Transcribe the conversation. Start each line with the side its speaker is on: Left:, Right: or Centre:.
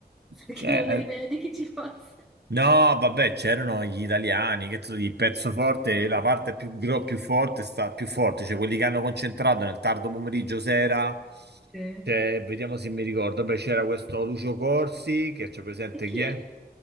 Centre: <laughs> Perché
Right: c'è-
Centre: non ho idea di chi ci fosse.
Right: No, vabbè, c'erano gli italiani, che tu dici, il pezzo forte, la parte più, gro- più forte sta più forte, cioè quelli che hanno concentrato nel tardo pomeriggio sera.
Centre: Sì. E
Right: Cioè, vediamo se mi ricordo. Beh, c'era questo Lucio Corsi, che c'è presente
Centre: chi
Right: chi è?
Centre: è?